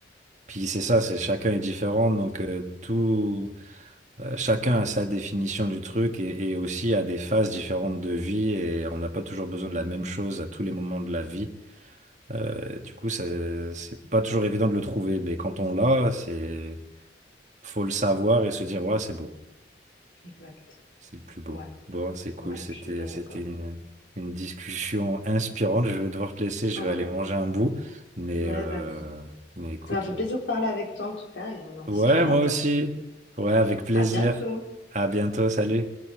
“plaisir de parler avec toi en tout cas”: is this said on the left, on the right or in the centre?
Left